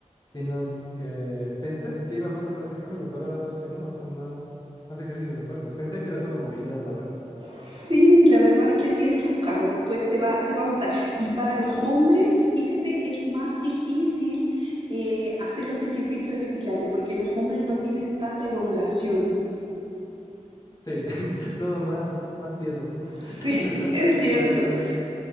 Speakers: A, on the left; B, on the right.
A: sino es que pensé que iba más por ese camino, pero ahora veo que no, hace más, más ejercicios de fuerza. Pensé que era solo movilidad, la verdad.
B: Sí, la verdad es que tienes que buscarlo, después te va, te va a gustar. Y para los hombres, fíjate, es más difícil eh, hacer los ejercicios en Pilates porque los hombres no tienen tanta elongación.
A: Sí, <laughs> somos más, más tiesos.
B: Sí,
A: <laughs>
B: es cierto,
A: De normal.